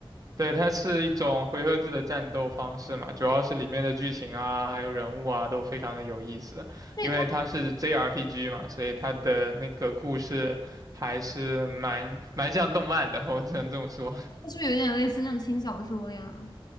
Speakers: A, on the right; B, on the left.
A: 对，它是一种回合制的战斗方式嘛，主要是里面的剧情啊，还有人物啊，都非常的有意思。
B: 对，
A: 因为它是
B: 它
A: JRPG 嘛，所以它的那个故事还是蛮蛮像动漫的，我只能这么说。
B: 它是不是有点类似那种轻小说呀？